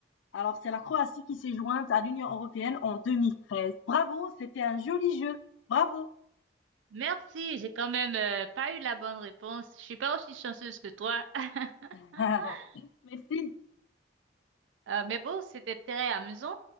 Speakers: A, on the left; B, on the right.
A: Alors, c'est la Croatie qui s'est jointe à l'Union européenne en 2013. Bravo, c'était un joli jeu. Bravo.
B: merci, j'ai quand même euh, pas eu la bonne réponse. Je suis pas aussi chanceuse que toi. <laughs>
A: <laughs> Merci.
B: Euh, mais bon, c'était très amusant.